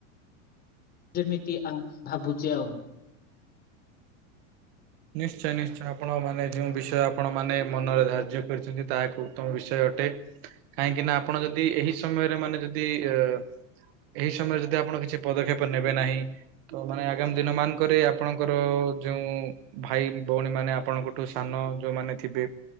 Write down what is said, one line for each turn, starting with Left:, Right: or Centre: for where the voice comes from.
Left: ଯେମିତି ଆଉ ଭାବୁଛି ଆଉ।
Right: ନିଶ୍ଚୟ ନିଶ୍ଚୟ ଆପଣ ମାନେ ଯେଉଁ ବିଷୟ ଆପଣ ମାନେ ମନରେ ଧାର୍ଯ୍ୟ କରିଛନ୍ତି ତାହା ଏକ ଉତ୍ତମ ବିଷୟ ଅଟେ। କାହିଁକି ନା ଆପଣ ଯଦି ଏହି ସମୟରେ ମାନେ ଯଦି ଅ ଏହି ସମୟରେ ଯଦି ଆପଣ କିଛି ପଦକ୍ଷେପ ନେବେ ନାହିଁ। ତ ମାନେ ଆଗାମୀ ଦିନ ମାନଙ୍କରେ ଆପଣଙ୍କର ଯୋଉ ଭାଇ ଭଉଣୀ ମାନେ ଆପଣଙ୍କଠୁ ସାନ ଯୋଉମାନେ ଥିବେ।